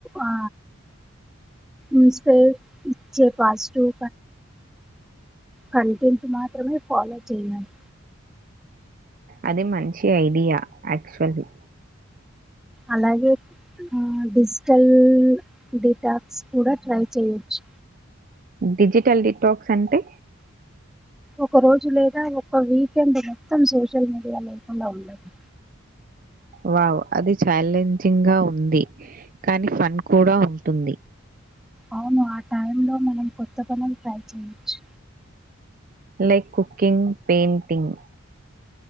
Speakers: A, in the centre; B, on the right.
A: ఆ ఇన్స్పైర్ ఇచ్చే పాజిటివ్ కంటెంట్ మాత్రమే ఫాలో చేయాలి
B: అది మంచి ఐడియా యాక్చువల్లీ
A: అలాగే డిజిటల్ డేటాస్ కూడా ట్రై చేయొచ్చు
B: డిజిటల్ డిక్ టాక్స్ అంటే
A: ఒక రోజు లేదా ఒక వీకెండ్ మొత్తం సోషల్ మీడియా లేకుండా ఉండడం
B: వావ్ అది ఛాలెంజింగ్ గా ఉంది కానీ ఫన్ కూడా ఉంటుంది
A: అవును ఆ టైంలో మనం కొత్త పనులు ట్రై చేయొచ్చు
B: like cooking painting